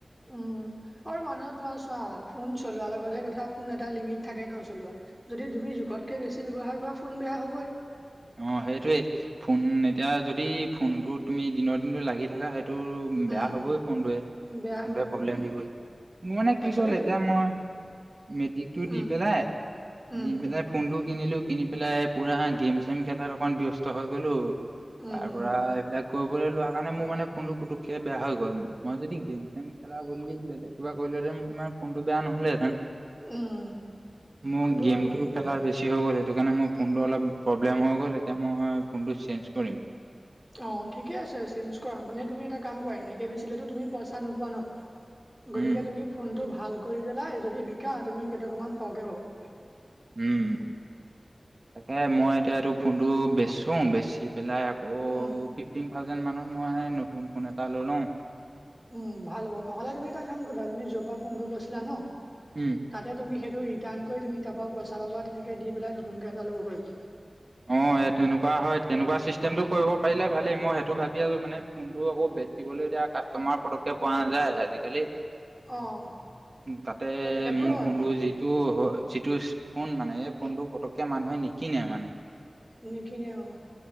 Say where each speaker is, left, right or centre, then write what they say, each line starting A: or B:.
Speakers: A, in the centre; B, on the right.
A: উম আৰু মানুহৰ তোমাৰ চোৱা ফোন চলোৱা লগতহে কথা ফোন এটা লিমিট থাকে ন চলোৱা যদি তুমি জোখতকে বেছি ব্যৱহাৰ কৰা ফোন বেয়া হ'বই।
B: অ সেইটোৱেই ফোন এতিয়া যদি ফোনটো তুমি দিনৰ দিনতটো লাগি থাকা হয়। টো বেয়া
A: উম
B: হবই ফোনটোৱে
A: বেয়া
B: ফোন
A: হ'বই
B: প্ৰব্লেম
A: অ
B: দিব মোৰ মানে কি
A: একচুৱেলিটো
B: হল এতিয়া মই মেট্ৰিকটো
A: উম
B: দি পেলাই,
A: উম
B: দি পেলাই ফোনটো কিনিলো কিনি পেলাই পুৰা গেম-চেম খেলাত অকনমান ব্যস্ত হৈ গলো
A: উম
B: তাৰ পৰা এইবিলাক কৰিবলৈ লোৱা কাৰণে মোৰ মানে ফোনটো পুটকে বেয়া হৈ গ'ল মই যদি গেম-চেম খেলা বদলি বেলেগ কিবা কৰিলেহেঁতেন মই ইমান ফোনটো বেয়া নহলেহেঁতেন? <inaudible>
A: উম
B: মোৰ
A: সেইটো
B: গেমটো
A: হয় বাৰু।
B: খেলাৰ বেছি হৈ গ'ল সেইটো কাৰণে মোৰ ফোনটো অলপ প্ৰব্লেম হৈ গ'ল এতিয়া মই ফোনটো চেঞ্জ কৰিম।
A: অ ঠিকে আছে চেঞ্জ কৰা মানে তুমি এটা কাম কৰা এনেকে বেচিলেতো তুমি পইচা নোপোৱা ন
B: উম,
A: গতিকে তুমি ফোনটো ভাল কৰি পেলাই যদি বিকা তুমি কেইটকামান সহকে পাবা।
B: উম তাকে মই এতিয়া এইটো ফোনটো বেচো বেছি পেলাই আকৌ
A: উম
B: ফিফটিন থাউজেণ্ড মানৰ মই নতুন ফোন এটা ললো
A: উম ভাল হ'ব নহ'লে তুমি এটা কিমান কৰিবা তুমি জপা ফোনটো লৈছিলা ন
B: উম।
A: তাতে তুমি সেইটো ৰিটাৰ্ণ কৰি তুমি তাৰপৰা পইচা পাবা তেনেকে দি পেলাই নতুনকে এটা ল'ব পাৰা
B: অ এই তেনেকুৱা হয় তেনেকুৱা চিষ্টেমটো কৰিব পাৰিলে ভালেই মই সেইটো ভাবি আছো মানে ফোনটো আকৌ বেচিবলৈ এতিয়া কাষ্টমাৰ পতকে পোৱা নাযায় আজি দিলি
A: অ'
B: তাতে
A: সেইটো
B: মোৰ
A: হয়
B: ফোনটো
A: বাৰু
B: যিটো-যিটো ফোন মানে এই ফোনটো পতককে মানুহে নিকিনে মানে
A: নিকিনে অঁ